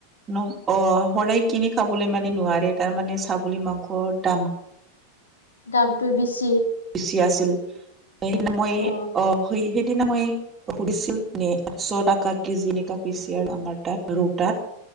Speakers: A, on the right; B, on the left.
A: ন অ শৰাই কিনি খাবলৈ মানে নোৱাৰে তাৰমানে ছাগলী মাংসৰ দাম
B: দামটো বেছি
A: বেছি আছিল সেইদিনা মই
B: অ
A: অহ সেই সেইদিনা মই সুধিছিল নে আঠশ টকা কেজি এনেকা কৈছে আৰু আমাৰ তাত ৰৌতাত